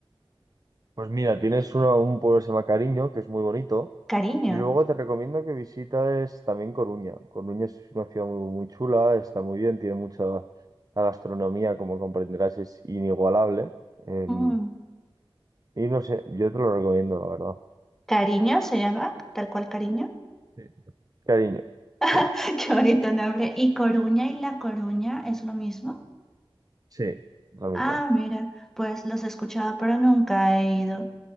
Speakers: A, on the right; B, in the centre.
A: Pues mira, tienes uno, un pueblo que se llama Cariño, que es muy bonito.
B: Cariño.
A: Y luego te recomiendo que visites también Coruña. Coruña es una ciudad muy, muy chula, está muy bien, tiene mucha la gastronomía, como comprenderás, es inigualable. Em,
B: Mm.
A: y no sé, yo te lo recomiendo, la verdad.
B: ¿Cariño se llama? ¿Tal cual Cariño?
A: Sí. Cariño.
B: <laughs>
A: Sí,
B: Qué bonito nombre. ¿Y Coruña y La Coruña es lo mismo?
A: sí, lo
B: Ah,
A: mismo.
B: mira, pues los he escuchado, pero nunca he ido.